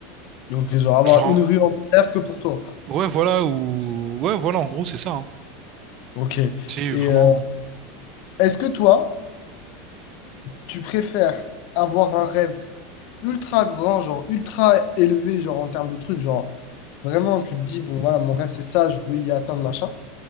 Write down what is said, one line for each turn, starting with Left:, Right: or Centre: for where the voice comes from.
Left: Donc, genre, avoir
Right: Genre.
Left: une rue entière que pour toi.
Right: Ouais, voilà, ou. Ouais, voilà, en gros, c'est ça. hein.
Left: Ok.
Right: C'est
Left: Et
Right: vraiment.
Left: euh, est-ce que toi, tu préfères avoir un rêve ultra grand, genre ultra élevé, genre en termes de trucs, genre vraiment tu te dis, bon voilà, mon rêve c'est ça, je veux y atteindre, machin,